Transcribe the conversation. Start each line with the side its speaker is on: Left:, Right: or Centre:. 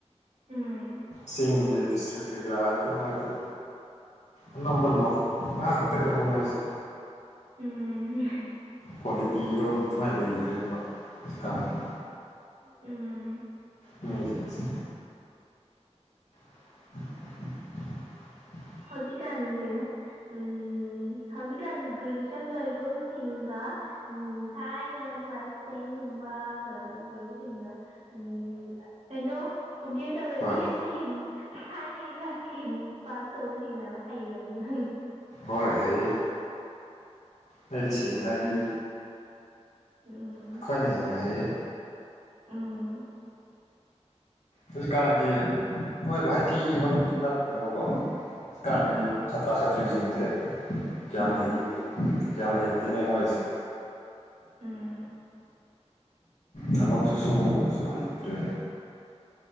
Right: ꯎꯝ
Left: ꯆꯤꯡꯒꯤ ꯗꯤꯁꯇ꯭ꯔꯤꯛ ꯀꯔꯤ ꯀꯔꯥ ꯑꯗꯨꯗꯤ ꯃꯗꯤ ꯑꯅꯝꯕ ꯅꯣꯠ ꯉꯥꯛꯇꯅꯦꯕ ꯃꯣꯏꯁꯦ
Right: ꯎꯝ
Left: ꯀ꯭ꯋꯥꯂꯤꯇꯤꯔꯣꯝ ꯑꯗꯨꯃꯥꯏꯅ ꯂꯩꯗ꯭ꯔꯦꯕ ꯍꯧꯖꯤꯀꯥꯟꯒꯤ
Right: ꯎꯝ
Left: ꯃꯤꯖꯤꯡꯁꯤ
Right: <unintelligible>
Left: <unintelligible>
Right: ꯍꯧꯖꯤꯛ ꯀꯥꯟ ꯀꯩꯅꯣ ꯎꯝ ꯍꯧꯖꯤꯛꯀꯥꯟ ꯒ꯭ꯔꯦꯖꯨꯌꯦꯁꯟ ꯂꯣꯏꯕ ꯁꯤꯡꯒ ꯊꯥꯏꯅ ꯀ꯭ꯂꯥꯁ ꯇꯦꯟꯒꯨꯝꯕ ꯒ ꯂꯣꯏꯕꯁꯤꯡꯅ ꯎꯝ ꯀꯩꯅꯣ ꯀꯝꯄꯌꯔ ꯇꯧꯔꯗꯤ
Left: ꯍꯣꯏ
Right: ꯇꯤꯟ ꯊꯥꯏꯅꯒꯤ ꯀ꯭ꯂꯥꯁ ꯇꯦꯟ ꯄꯥꯁ ꯇꯧꯕꯁꯤꯡꯅ ꯍꯩꯔꯝꯅꯤ <inaudible>
Left: ꯍꯣꯏ ꯍꯩꯌꯦ ꯑꯩꯗꯤ ꯁꯦꯡꯅ ꯍꯥꯏꯕꯤ
Right: ꯎꯝ
Left: ꯑꯩꯈꯣꯏꯅ ꯍꯦꯟꯅ ꯍꯩꯌꯦ
Right: ꯎꯝ
Left: ꯍꯧꯖꯤꯛꯀꯥꯟꯒꯤ ꯅꯣꯏꯕꯨ ꯍꯥꯏꯊꯤ ꯃꯔꯗꯤ ꯅꯠꯇꯕꯀꯣ ꯍꯧꯀꯥꯟꯒꯤ
Right: ꯎꯝ
Left: ꯁꯥꯇ꯭ꯔ ꯁꯥꯇ꯭ꯔꯤꯁꯤꯡꯁꯦ ꯀꯌꯥꯝ
Right: ꯎꯝ
Left: ꯍꯩꯈꯤ ꯀꯌꯥꯝ ꯍꯩꯇꯦꯅꯦ ꯃꯣꯏꯁꯦ
Right: ꯎꯝ
Left: ꯊꯕꯛꯁꯨ ꯁꯨꯨ ꯃꯇꯁꯨ ꯍꯩꯇꯔ꯭ꯦ